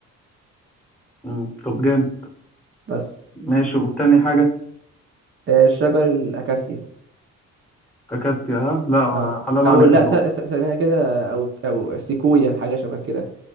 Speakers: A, in the centre; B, on the right (about 40°).
A: مم. طب جامد
B: بس
A: ماشي والتاني حاجه
B: آه شجر الاكاسيا
A: اكاسيا ها لا
B: اه
A: حلال
B: او
A: عليك
B: لا
A: الدور
B: س- س- ثانيه كده او او سيكويا حاجه شبه كده